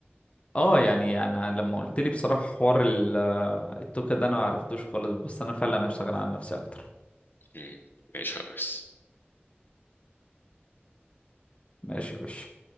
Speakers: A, on the left; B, on the left.
A: اه يعني انا لما قلت لي بصراحه حوار ال- آه، التوكة ده انا ما عرفتوش خالص بس انا فعلا هشتغل على نفسي اكتر
B: مم. ماشي يا ريس
A: ماشي يا باشا